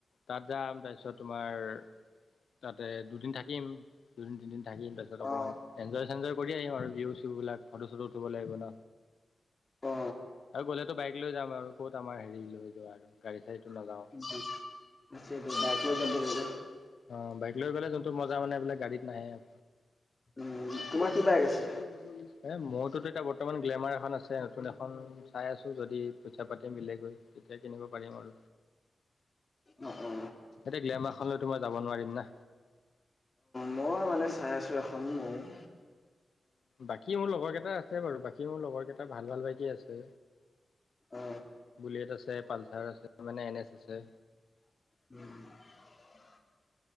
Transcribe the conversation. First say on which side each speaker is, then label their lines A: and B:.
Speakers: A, on the left; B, on the left.
A: তাত যাম তাৰপিছত তোমাৰ তাতে দুদিন থাকিম দুদিন তিনদিন থাকিম তাৰিছত অকনমান
B: অ
A: এন্জয় চেঞ্জয় কৰি আহিম আৰু বিহু, চ বলাক ফটো চটো উঠব লাগিব। ন
B: অ
A: আৰু গ'লেতো বাইক লৈ যাম আৰু ক'ত আমাৰ হেৰি লৈ যোৱা আৰু গাড়ী- চাড়ীটো নাযাওঁ
B: <unintelligible>
A: অ বাইক লৈ গ'লে যোনটো মজা মানে বোলে গাড়ীত নাই। অ ই
B: উম তোমাৰ
A: কম
B: কি বাইক
A: নগল-
B: আছে
A: এই মোৰতোতো এতিয়া বৰ্তমান গ্লেমাৰ এখন আছে নতুন এখন চাই আছোঁ যদি পইচা পাতি মিলেগৈ তেতিয়া কিনিম- আৰু
B: অ অ
A: এয়া গ্লেমাৰ খনত- যাব নোৱাৰিম না
B: মই মানে চাই আছোঁ এখন মৌ-
A: বাকী মোৰ লগৰ কেইটা আছে বাৰু বাকী মোৰ লগৰ কেইটা ভাল ভাল বাইকি আছে।
B: অ
A: বুলেট আছে পালচাৰ আছে মানে এন এছ আছে।
B: <unintelligible>